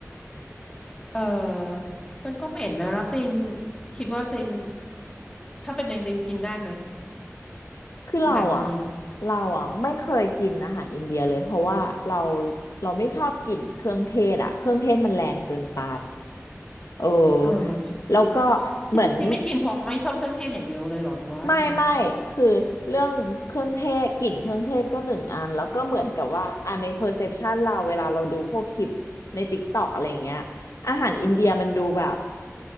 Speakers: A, on the left; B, on the left.
A: เออมันก็เหม็นนะแล้วตัวเองคิดว่าตัวเองถ้าเป็นตัวเองตัวเองกินได้ไหม
B: คือเราอ่ะ
A: อาหารอินเดีย
B: เราอ่ะไม่เคยกินอาหารอินเดียเลยเพราะว่าเราเราไม่ชอบกลิ่นเครื่องเทศอ่ะเครื่องเทศมันแรงเกินไป เออ
A: เออ
B: แล้วก็เหมือน
A: ที่ที่ไม่กินเพราะไม่ชอบเครื่องเทศอย่างเดียวเลยเหรอหรือว่าอะไร
B: ไม่ไม่คือเรื่องเครื่องเทศกลิ่นเครื่องเทศก็หนึ่งอันแล้วก็เหมือนกับว่าอ่ะใน perception เราเวลาเราดูพวกคลิปใน TikTok อะไรอย่างเงี้ยอาหารอินเดียมันดูแบบ